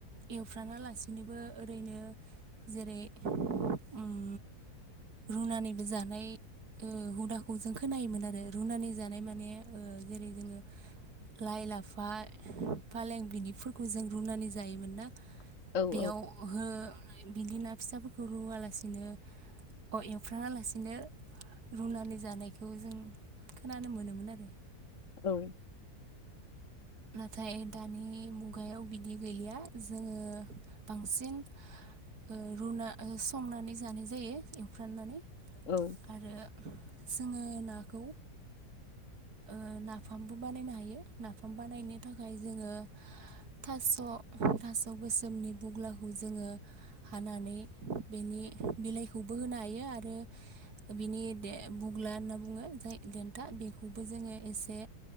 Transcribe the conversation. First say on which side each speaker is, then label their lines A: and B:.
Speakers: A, on the right; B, on the left.
A: एवफ्रामालासिनोबो ओरैनो जेरै उम रुनानैबो जानाय ओ हुदाखौ जों खोनायोमोन आरो रुनानै जानाय माने ओ जेरै जोङो लाइ लाफा फालें बिनिफोरखौ जों रुनानै जायोमोन ना
B: औ
A: बेयाव हो बिदि ना फिसाफोरखौ रुआलासिनो अ एवफ्रानालासिनो रुनानै जानायखौ जों खोनानो मोनोमोन आरो।
B: औ।
A: नाथाय दानि मु गायाव बिदि गैलिया जोङो बांसिन ओ रुना ओ संनानै जानाय जायो एवफ्रामनानै।
B: ओ।
A: आरो जोङो नाखौ ओ नाफामबो बानायनो हायो नाफाम बानायनो थाखाय जोङो थास' थास' गोसोमनि बुग्लाखौ जोङो हानानै बेनि बिलाइखौबो होनो हायो आरो बिनि दे बुग्ला होनना बुङो जाय देन्था बेखौबो जोङो एसे